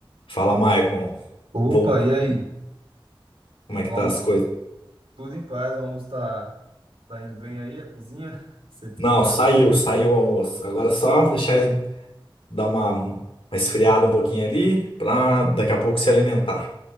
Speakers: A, on the left; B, on the right.
A: Fala, Maicon.
B: Opa,
A: Voltou.
B: e aí?
A: Como é que
B: O
A: tá
B: almoço,
A: as coisas?
B: tudo em paz, o almoço tá, tá indo bem aí, a cozinha? <laughs> Sei que
A: Não,
B: foi
A: saiu,
B: lá.
A: saiu o almoço. Agora é só deixar dar uma, uma esfriada um pouquinho ali pra daqui a pouco se alimentar.